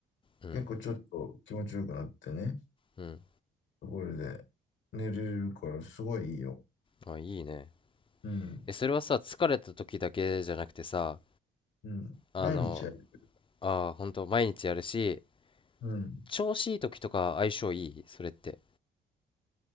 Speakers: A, on the left; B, on the left.
A: うん、
B: 結構ちょっと気持ちよくなってね、
A: うん。
B: ところで寝れるからすごいいいよ。
A: あ、いいね。
B: うん、
A: え、それはさ、疲れた時だけじゃなくてさ、
B: うん。
A: あの、
B: 毎日やる。
A: あー、ほんと、毎日やるし、
B: うん。
A: 調子いい時とか相性いいそれって。